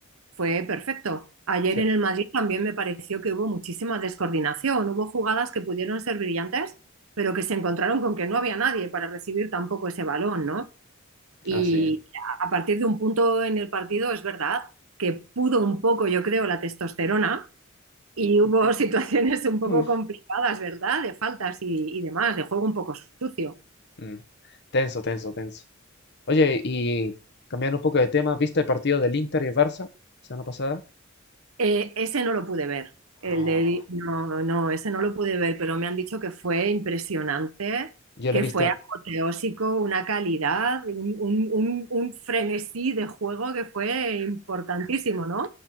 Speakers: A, on the right; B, on the left.
A: Fue perfecto. Ayer
B: Sí,
A: en el Madrid también me pareció que hubo muchísima descoordinación. Hubo jugadas que pudieron ser brillantes, pero que se encontraron con que no había nadie para recibir tampoco ese balón, ¿no? Y
B: así es.
A: a partir de un punto en el partido es verdad que pudo un poco, yo creo, la testosterona y hubo <laughs> situaciones un poco
B: Mm.
A: complicadas, ¿verdad? De faltas y, y demás, de juego un poco sucio.
B: Mm. Tenso, tenso, tenso. Oye, y cambiando un poco de tema, ¿viste el partido del Inter y el Barça la semana pasada?
A: Eh, ese no lo pude ver. El
B: Oh,
A: de, no, no, ese no lo pude ver, pero me han dicho que fue impresionante,
B: yo
A: que
B: lo he visto
A: fue apoteósico, una calidad, un, un- un- un frenesí de juego que fue importantísimo, ¿no?